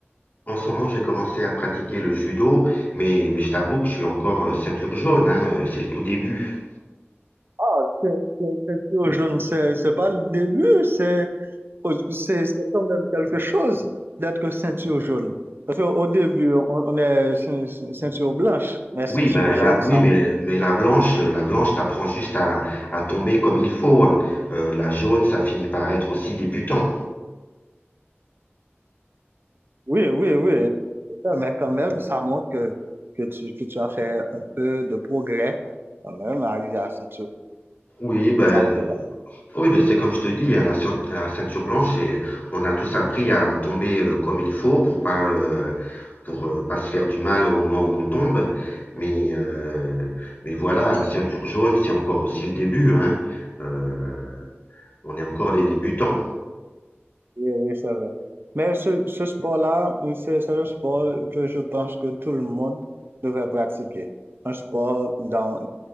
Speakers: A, on the left; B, on the right.
A: en ce moment, j'ai commencé à pratiquer le judo, mais, mais je t'avoue que je suis encore euh, ceinture jaune, hein, euh, c'est le tout début.
B: Ah, c'est c'est- c'est tout jaune, c'est c'est pas le début, c'est c'est c'est quand même quelque chose d'être ceinture jaune. Parce qu'au début, on, on est cein- ceinture blanche, mais ceinture
A: Oui, ben
B: jaune,
A: là,
B: ça,
A: oui, mais, mais la blanche, euh, la blanche t'apprend juste à, à tomber comme il faut. hein. Euh, la jaune, ça finit par être aussi débutant.
B: oui, oui, oui, mais quand même, ça montre que que tu que tu as fait un peu de progrès quand même, arrivé à ceinture.
A: Oui, ben,
B: Ça montre
A: de-
B: que t'as-
A: oui, ben c'est comme je te dis, hein, la, ceint- la ceinture blanche, c'est- on a tous appris à tomber euh, comme il faut pour pas, euh, pour euh, pas se faire du mal au moment où on tombe. Mais, euh, mais voilà, la ceinture jaune, c'est encore aussi le début, hein. Euh, on est encore des débutants.
B: Oui, oui, c'est vrai. Mais ce, ce sport-là, c'est c'est un sport que je pense que tout le monde devrait pratiquer. Un sport dans,